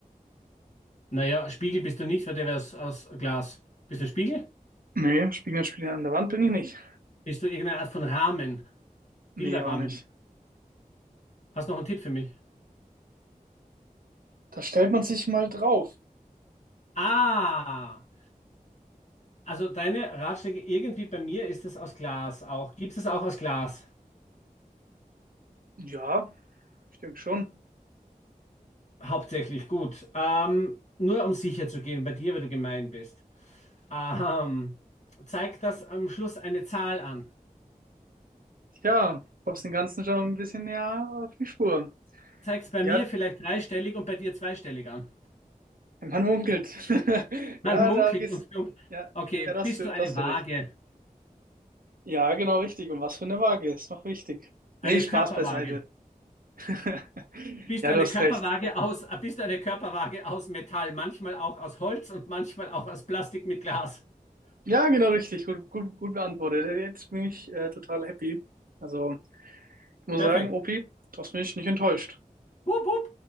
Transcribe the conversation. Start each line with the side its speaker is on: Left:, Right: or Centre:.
Left: Naja, Spiegel bist du nicht, weil der wäre aus, aus Glas. Bist du ein Spiegel?
Right: Nee, Spiegel, an der Wand bin ich nicht.
Left: Bist du irgendeine Art von Rahmen?
Right: Nee,
Left: Bilderrahmen?
Right: auch nicht.
Left: Hast noch einen Tipp für mich?
Right: Da stellt man sich mal drauf.
Left: Ah, also deine Ratschläge irgendwie bei mir ist es aus Glas auch. Gibt es auch aus Glas?
Right: Ja, ich denke schon.
Left: Hauptsächlich, gut. Ähm, nur um sicher zu gehen bei dir, weil du gemein bist. Ähm, zeig das am Schluss eine Zahl an.
Right: Tja, kommst den Ganzen schon ein bisschen näher auf die Spur.
Left: Zeig es bei
Right: Ja,
Left: mir vielleicht dreistellig und bei dir zweistellig an.
Right: man munkelt. <laughs>
Left: Man
Right: Ja,
Left: munkelt
Right: da gehst,
Left: und flunkelt.
Right: ja,
Left: Okay,
Right: ja, da hast
Left: bist
Right: du,
Left: du eine
Right: da hast
Left: Waage?
Right: du recht. Ja, genau richtig. Und was für eine Waage ist noch wichtig. Nee,
Left: Eine
Right: Spaß
Left: Körperwaage?
Right: beiseite. <laughs>
Left: bist
Right: Ja,
Left: eine
Right: du hast
Left: Körperwaage
Right: recht.
Left: aus, bist eine Körperwaage aus Metall, manchmal auch aus Holz und manchmal auch aus Plastik mit Glas.
Right: Ja, genau richtig. Gut, gut, gut beantwortet. Jetzt bin ich äh, total happy. Also, ich muss
Left: <laughs> Perfekt.
Right: sagen, Opi, du hast mich nicht enttäuscht.
Left: Wupp, wupp.